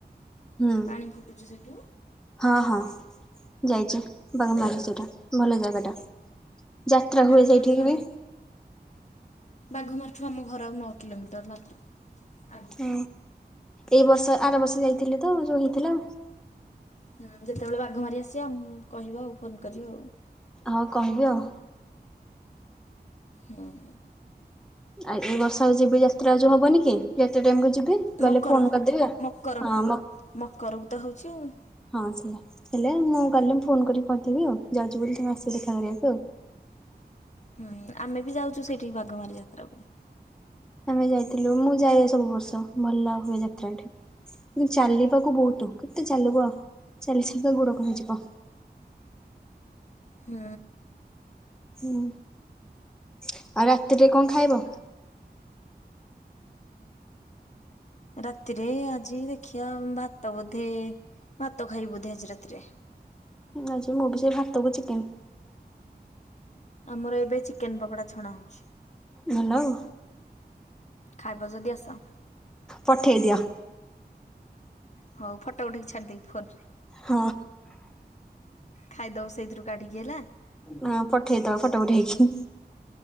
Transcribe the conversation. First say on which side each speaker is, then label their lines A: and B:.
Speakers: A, in the centre; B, on the left (about 45°).
A: ହୁଁ
B: ପାଣି ଫୁଟୁଛି ସେଇଠୁ
A: ହଁ ହଁ ଯାଇଛୁ। ବାଘାମାରି ସେଇଟା ଭଲ ଜାଗାଟା ଯାତ୍ରା
B: ବାଘମାଠୁ
A: ହୁଏ ସେଇଠିକି ବି।
B: ବାଘମାରୀଠୁ ଆମ ଘର ଆଉ ନଅ କିଲୋମିଟର ମାତ୍ର। ଆଗକୁ
A: ହଁ ଏଇ ବର୍ଷ ଆର ବର୍ଷ ଯାଇଥିଲେ ତ ହେଇଥିଲା।
B: ହୁଁ ଯେତେବେଳେ ବାଘମାରି ଆସିବା, କହିବ ଆଉ ଫୋନ କରିବ ଆଉ।
A: ହଉ କହିବି ଆଉ
B: ହଁ।
A: ଆଉ ଏଇ ବର୍ଷ ଆଉ ଯିବି ଯାତ୍ରା ଯଉ ହବନି କି କେତେ ଟାଇମ କୁ ଯିବି।
B: ମକର
A: ଗଲେ ଫୋନ କରିଦେବି ହଁ
B: ମକର
A: ହଁ ମ
B: ମକରକୁ ତ ହଉଛି ଆଉ ହୁଁ
A: ହଁ ସେଇୟା। ହେଲେ ମୁଁ ଗଲେ ମୁଁ ଫୋନ୍ କରିକି କରିଦେବି ଆଉ ଯାଉଚି ବୋଲି ତମେ ଆସିବ ଦେଖା କରିଆକୁ।
B: ହୁଁ ଆମେ ବି ଯାଉଛୁ ସେଇଠି ବାଘମାରି ଯାତ୍ରା କୁ।
A: ଆମେ ଯାଇଥିଲୁ ମୁଁ ଯାଏ ସବୁ ବର୍ଷ ଭଲ ହୁଏ ଯାତ୍ରାଠୁ। କିନ୍ତୁ ଚାଲିବାକୁ ବହୁତ କେତେ ଚାଲିବ ଆଉ ଚାଲି ଚାଲିକି ଗୋଡ଼ କଣ ହେଇଯିବ।
B: ହୁଁ।
A: ହୁଁ, ଆଉ ରାତିରେ କଣ ଖାଇବ?
B: ରାତିରେ ଆଜି ଦେଖିବା ଭାତ ବୋଧେ ଭାତ ଖାଇ ବୋଧେ ଆଜି ରାତିରେ।
A: ଆଜି ମୁଁ ବି ସେଇ ଭାତକୁ ଚିକେନ
B: ଆମର ଏବେ ଚିକେନ ପକୋଡା ଛଣା ହଉଛି।
A: ହ୍ୟାଲୋ
B: ଖାଇବ ଯଦି ଆସ।
A: ଫଠେଇ ଦିଅ।
B: ହଉୋ ଫଟ ଉଠେଇକି ଛାଡିଦବି ଫୋନରେ।
A: ହଁ
B: ଖାଇଦବ ସେଇଥିରୁ କାଡ଼ିକି ହେଲା।
A: ହଁ ପଠେଇଦବା ଫଟୋ ଉଠେଇକି।